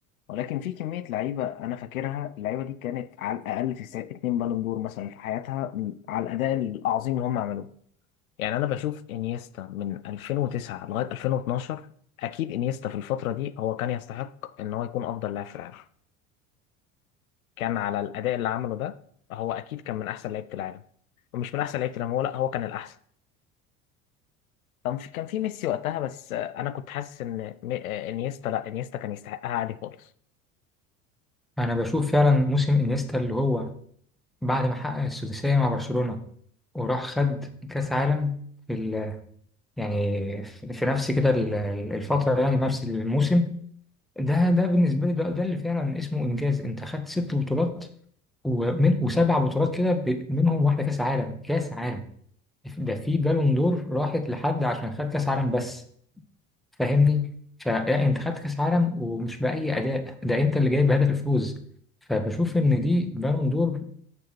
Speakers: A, on the left; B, in the centre.
A: ولكن في كمية لعيبة أنا فاكرها اللعيبة دي كانت على الأقل في سا- اتنين بالون دور مثلا في حياتها م- على الأداء العظيم اللي هم عملوه يعني أنا بشوف إنيستا من 2009 لغاية 2012 أكيد إنيستا في الفترة دي هو كان يستحق إن هو يكون أفضل لاعب في العالم كان على الأداء اللي عمله ده هو أكيد كان من أحسن لعيبة العالم ومش من أحسن لعيبة العالم هو لا هو كان الأحسن كان في كان في ميسي وقتها بس آه، انا كنت حاسس ان مي- آه، انيستا لا انيستا كان يستحقها عادي خالص
B: أنا بشوف فعلا موسم إنيستا اللي هو بعد ما حقق السداسية مع برشلونة وراح خد كأس عالم في ال... يعني في في نفس كده ال- الفترة يعني في نفس الموسم ده ده بالنسبة لي ده, ده اللي فعلا اسمه إنجاز أنت خدت ست بطولات ومن وسبع بطولات كده ب- منهم واحدة كأس عالم كأس عالم ده في بالون دور راحت لحد عشان خد كأس عالم بس فاهمني فأنت خدت كأس عالم ومش بأي أداء ده أنت اللي جايب هدف الفوز فبشوف إن دي بالون دور